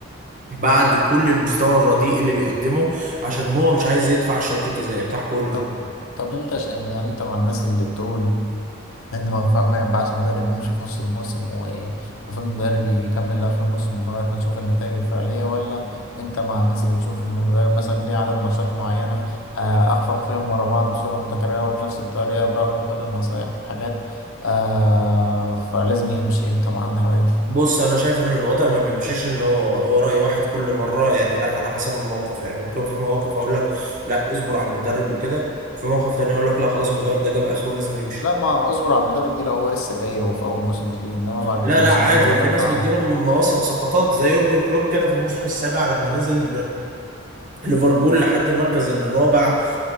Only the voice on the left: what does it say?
طب طب انت شا- يعني انت مع الناس اللي بتقول لأن ما ينفع- ما ينفعش المدرب بيمشي في نص الموسم ومفروض المدرب يكمل لآخر الموسم لغاية ما نشوف النتائج الفعلية ولا أنت مع الناس اللي بتشوف إن المدرب مثلا ليه عدد ماتشات معينة آه، أخفق فيهم ورا بعض بصورة متكررة وبنفس الطريقة برغم كل النصايح والحاجات آه، فلازم يمشي أنت مع أنهي رأي
لا ما أصبر على المدرب دي لو هو لسه جاي وفي أول موسم فيه إنما بعد
موسمين
تلاتة
أربعة